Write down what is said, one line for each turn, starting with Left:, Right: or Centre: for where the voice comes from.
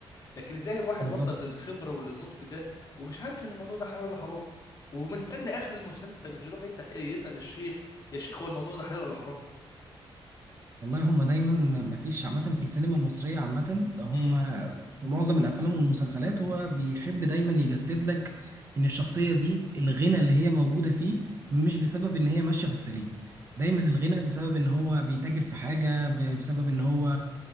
Left: لكن ازاي واحد
Right: بالظبط
Left: وصل للخبره وللنضج ده ومش عارف ان الموضوع ده حلال ولا حرام ومستني اخر المسلسل انه يروح يسال ايه يسال الشيخ يا شيخ هو الموضوع ده حلال ولا حرام
Right: والله هم دايما م- مفيش عامة في السينما المصرية عامة هم
Left: امم
Right: في معظم الأفلام والمسلسلات هو بيحب دايما يجسد لك إن الشخصية دي الغنى اللي هي موجودة فيه مش بسبب إن هي ماشية في السليم دايما الغنى بسبب إن هو بيتاجر في حاجة ب- بسبب إن هو